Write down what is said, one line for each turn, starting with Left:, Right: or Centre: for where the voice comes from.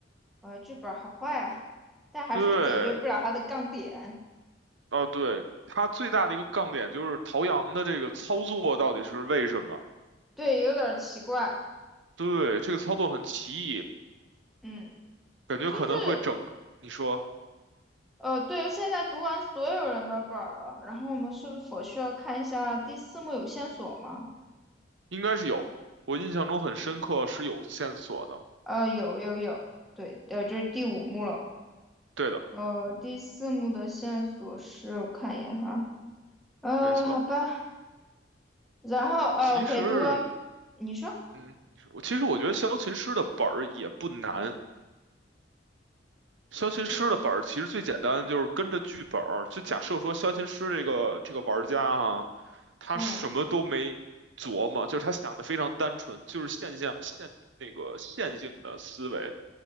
Centre: 呃，这本儿好坏啊，但还是解决不了它的杠点，
Right: 对，哦，对，它最大的一个杠点就是陶阳的这个操作到底是为什么？
Centre: 对，有点儿奇怪。
Right: 对，这个操作很奇异，
Centre: 嗯，
Right: 感觉可能会整个你说
Centre: 就是呃，对，现在读完所有人的本儿了，然后我们是不是否需要看一下第四幕有线索吗？
Right: 应该是有，我印象中很深刻是有线索的。
Centre: 呃，有有有，对，呃，这是第五幕了。
Right: 对的，
Centre: 呃，第四幕的线索是，我看一眼哈，呃，
Right: 没错。
Centre: 好吧，然后呃，OK，
Right: 其实，
Centre: 读完，你说，
Right: 嗯，你说我其实我觉得萧琴师的本儿也不难，消琴师的本儿其实最简单，
Centre: 你，
Right: 就是跟着剧本儿。就假设说消琴师这个这个玩家哈、他什么都没琢磨，
Centre: 嗯
Right: 就是他想的非常单纯，就是现象线那个线性的思维，